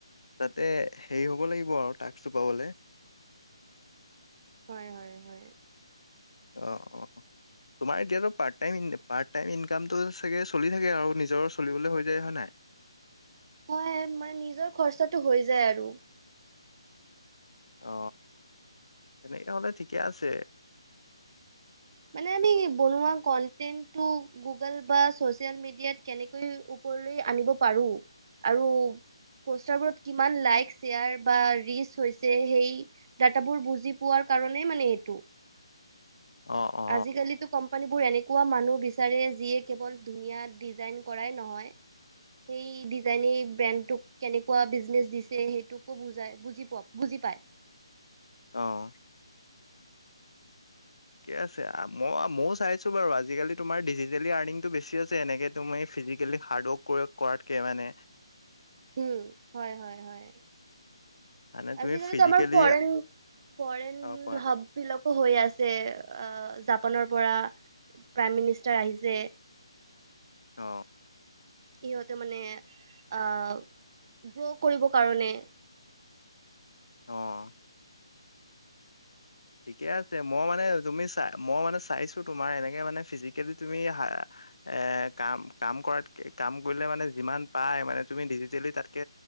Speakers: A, on the left; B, on the right.
A: তাতে হেৰি হ'ব লাগিব আৰু টাস্কটো পাবলে।
B: হয়, হয়, হয়।
A: অ, অ। তোমাৰ এতিয়াটো পাৰট টাইম পাৰট টাইম ইনকামটো চাগে চলি থাকে আও নিজৰ চলিবলৈ হৈ যায় হয় নাই?
B: হয় মান নিজৰ খৰচাটো হৈ যায় আৰু।
A: অ, তেনেকে হলে ঠিকে আছে।
B: মানে আমি বনোৱা কন্টেনটো গুগল বা ছচিয়েল মিডিয়াত কেনেকৈ ওপৰলৈ আনিব পাৰো আৰু পষ্টাৰ বোৰ কিমান লাইক চেয়াৰ বা ৰিছ হৈছে সেই দাতা বোৰ বুজি পোৱাৰ কাৰণে মানে এইটো
A: অ অ
B: আজিকালিতো কম ম্পানীৰবোৰ এনেকুৱা মানুহ বিচাৰে যিয়ে কেৱল ধুনীয়া ডিজাইন কৰাই নহয়, সেই ডিজাইনে ব্ৰেনটো কেনেকুৱা বিজনেছ সেইটোকো বুজাই, বুজি পপ, বুজি পায়। <inaudible>
A: অহ। ঠিকে আছে আ, মই ময়ো চাইছো বাৰু আজিকালি তোমাৰ ডিজিটেলি আৰ্নিংটো বেছি আছে এনেকে তুমি ফিজিকেলি হাৰ্ড ৱৰ্ক কৰাতকে মানে
B: হম, হয়, হয়, হয়।
A: মানে তুমি
B: আজিকালিটো
A: ফিজিকেলি
B: আমাৰ ফৰেন ফৰেন
A: অ কোৱা
B: হাব বিলাক হৈ আছে আহ জাপানৰ পৰা। প্ৰাইম মিনিষ্টাৰ আহিছে।
A: হঅ।
B: সিহঁতে মানে আহ গ্ৰ' কৰিবৰ কাৰণে।
A: অহ। ঠিকে আছে মই মানে তুমি চাই মই মানে চাইছো তোমাৰ এনেকে মানে ফিজিকেলি তুমি হা- এ, কাম কাম কৰাতকে কাম কৰিলে মানে যিমান পাই মানে তুমি ডিজিটেলি তাতকে